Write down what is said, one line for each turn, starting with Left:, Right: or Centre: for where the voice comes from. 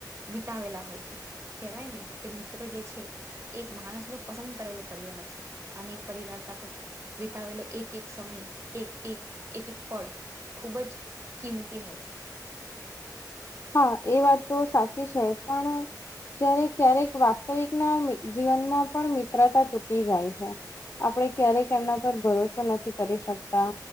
Right: વિતાવેલા હોય છે કેવાય ને કે મિત્રો જે છે માણસ નો પસંદ કરેલો પરિવાર છે અને પરિવાર સાથે વિતાવેલો એક એક સમય એક એક એક એક પળ ખૂબ જ કિંમતી હોય છે.
Left: હા એ વાત તો સાચી છે પણ જ્યારે ક્યારેક વાસ્તવિક ના જીવનમાં પણ મિત્રતા તૂટી જાય છે આપણે ક્યારેક એમના પર ભરોસો નથી કરી શકતા